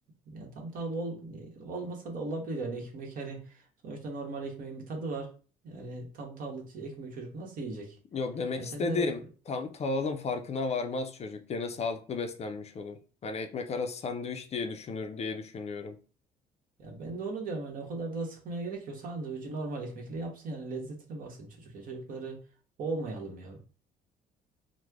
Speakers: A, on the right; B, on the left.
A: yani tam tahıl ol, olmasa da olabilir yani ekmek hani sonuçta normal ekmeğin bir tadı var. Yani tam tahıllı ç- ekmeği çocuk nasıl yiyecek?
B: Yok demek
A: Yani
B: istediğim
A: sen de
B: tam tahılın farkına varmaz çocuk. Gene sağlıklı beslenmiş olur. Hani ekmek arası sandviç diye düşünür diye düşünüyorum.
A: ya ben de onu diyorum hani o kadar da sıkmaya gerek yok. Sandviçi normal ekmekle yapsın yani lezzetine baksın çocuk ya. Çocukları boğmayalım ya.